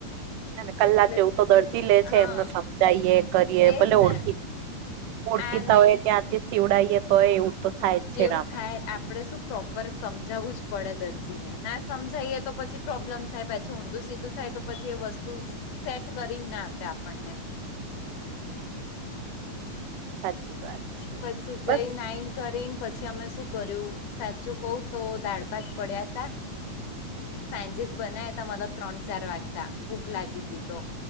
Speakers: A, on the right; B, on the left.
A: અને કલાક
B: એટલે
A: જેવું તો દર્જી લે છે
B: હા
A: એમને સમજાઈએ કરીએ
B: એજ
A: ભલે
B: ને
A: ઓળખી ઓળખીતા
B: આ નહી
A: હોય ત્યાંથી સીવડઈએ તો હોય એવું તો થાય જ છે
B: એવું
A: રામાયણ
B: થાય આપ આપણે શું પ્રોપર સમજાવવું જ પડે દર્જીને ના સમજાઈએ તો પછી પ્રોબ્લેમ થાય પછી ઊંધું સીધું થાય તો પછી એ વસ્તુ સેટ કરી ના આપે આપણને.
A: સાચી વાત. છે
B: પછી જય
A: બસ
B: નાઈક. કરીને પછી અમે શું કર્યું સાચું કઉ તો દાળ ભાત પડ્યા તા સાંજેસ બના્યા હતા મ ત્રણ ચાર વાગતા ભૂખ લાગી હતી તો